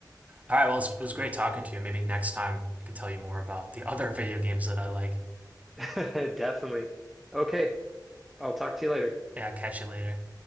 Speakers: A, on the right; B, in the centre.
A: All right. Well, it was, it was great talking to you. Maybe next time I can tell you more about the <laughs> other video games that I like.
B: <laughs> Definitely. Okay, I'll talk to you later.
A: Yeah. Catch you later.